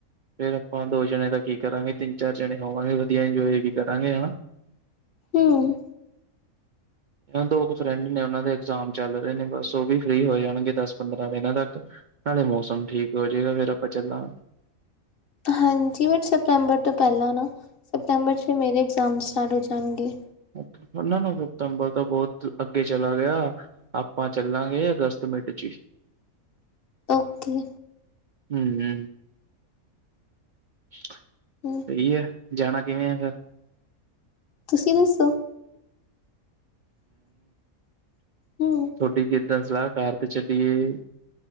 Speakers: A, on the right; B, on the left.
A: ਫੇਰ ਆਪਾਂ ਦੋ ਜਣੇ ਦਾ ਕੀ ਕਰਾਂਗੇ ਤਿੰਨ-ਚਾਰ ਜਣੇ ਹੋਵਾਂਗੇ ਵਧੀਆ ਇੰਜੋਏ ਵੀ ਕਰਾਂਗੇ ਹਨਾ।
B: ਹੂੰ।
A: ਦੋ ਕੁ ਫਰੈਂਡ ਨੇ ਉਨਾਂ ਦੇ ਇਗਜ਼ਾਮ ਚੱਲ ਰਹੇ ਨੇ ਬਸ ਉਹ ਵੀ ਫ੍ਰਰੀ ਹੋ ਜਾਣਗੇ ਦਸ-ਪੰਦਰਾਂ ਦਿਨਾਂ ਤੱਕ। ਨਾਲੇ ਮੌਸਮ ਠੀਕ ਹੋ ਜਾਏਗਾ, ਫੇਰ ਆਪਾਂ ਚੱਲਾ
B: ਹਾਂਜੀ ਬਟ ਸਤੰਬਰ ਤੋਂ ਪੈਲਾਂ ਨਾ ਸਤੰਬਰ ਚ ਫਿਰ ਮੇਰੇ ਇਗਜ਼ਾਮ ਸਟਾਰਟ ਹੋ ਜਾਣਗੇ।
A: ਅੱ ਨਾ-ਨਾ ਸਤੰਬਰ ਤੋਂ ਬੋਤ ਅੱਗੇ ਚਲਾ ਗਿਆ। ਆਪਾਂ ਚੱਲਾਂਗੇ ਅਗਸਤ ਮਿਡ ਚ ਈ।
B: ਓਕੇ।
A: ਹੂੰ-ਹੂੰ। ਹੱ <unintelligible>
B: ਹੂੰ।
A: ਸਈ ਐ ਜਾਣਾ ਕਿਵੇਂ ਆ ਫਿਰ?
B: ਤੁਸੀਂ ਦੱਸੋ? <inaudible> ਹੂੰ
A: ਥੋਡੀ ਕਿੱਦਾਂ ਸਲਾਹ ਕਾਰ ਤੇ ਚਲੀਏ